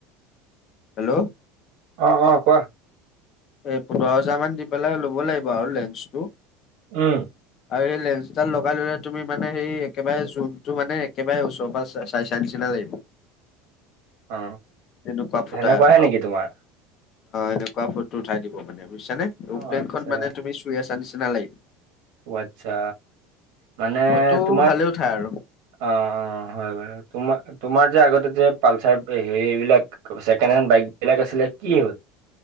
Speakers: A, on the left; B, on the right.
A: হেল্ল'?
B: অ' অ'! কোৱা?
A: এ, পোন্ধৰ হাজাৰ মান দি পেলাই, ল'ব লাগিব আৰু লেন্সটো।
B: উম!
A: আৰু সেই, লেন্সডাল লগাই ল'লে, তুমি মানে, সেই একেবাৰে জোনটো মানে, একেবাৰে ওচৰপা চাই-চাই নিচিনা লাগিব।
B: অ
A: তেনেকুৱা ফুটা
B: সেনেকুৱাহে
A: <unintelligible>
B: নেকি
A: অ'!
B: তোমাৰ
A: এনেকুৱা ফটো উঠাই দিব মানে। বুজিছানে? এৰোপ্লেনখন
B: অ আচ্ছা
A: মানে, তুমি চুই আছা নিচিনা লাগিব।
B: অ' আচ্ছা! মানে,
A: ফটো
B: তোমাৰ
A: ভালে উঠাই আৰু
B: অ' অ'! হয় বাৰু। তোমাৰ, তোমাৰ যে, আগতে যে পালচাৰ। সেৰিবিলাক, ছেকেণ্ড হেণ্ড বাইক বিলাক আছিলে, কি হ'ল?